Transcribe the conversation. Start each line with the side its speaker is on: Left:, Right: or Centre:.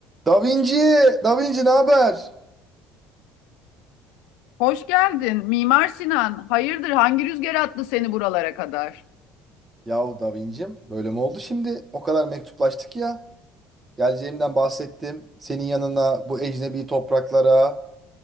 Right: Da Vinci, Da Vinci ne haber?
Left: Hoş geldin. Mimar Sinan. Hayırdır? Hangi rüzgar attı seni buralara kadar?
Right: Yahu Da Vinci'm böyle mi oldu şimdi? O kadar mektuplaştık ya. Geleceğimden bahsettim. Senin yanına bu ecnebi topraklara